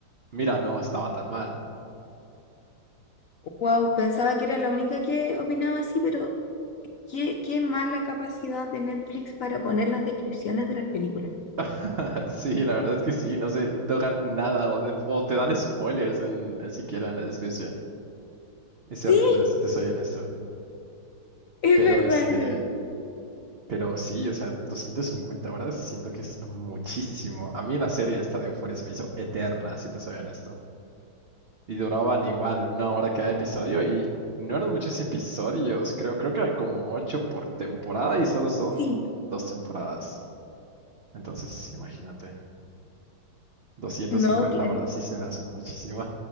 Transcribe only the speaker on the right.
mira, no estaba tan mal.
<laughs> Sí, la verdad es que sí, no se tocan nada o, de- o te dan spoilers en, en siquiera en la descripción. Es
horrible, si te soy honesto.
Pero
este,
pero sí, o sea, 250 horas siento que es muchísimo. A mí la serie esta de Euphoria se me hizo eterna, si te soy honesto. Y duraban igual una hora cada episodio y no eran muchos episodios, creo, creo que eran como ocho por temporada y solo son
dos temporadas. Entonces, imagínate, 250
horas sí se me hacen muchísimo.